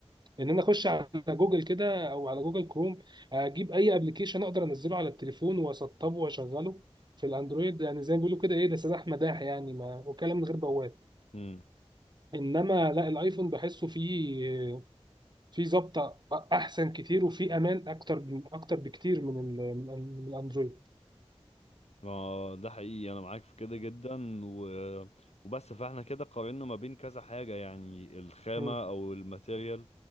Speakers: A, on the right (about 45°); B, on the left (about 80°).
A: ان انا اخش على جوجل كده او على جوجل كروم اجيب اي ابلكيشن اقدر انزله على التليفون واسطبه واشغله في الاندرويد يعني زي ما بيقولوا كده ايه ده سلاح مداح يعني ما وكلام من غير بواب
B: امم
A: انما لا الايفون بحسه فيه فيه ظبطه احسن كتير وفيه امان اكتر اكتر بكتير من ال- من الاندرويد
B: ما ده حقيقي انا معاك في كده جدا و... وبس فاحنا كده قارنا ما بين كذا حاجة يعني الخامة
A: مم.
B: او الماتيريال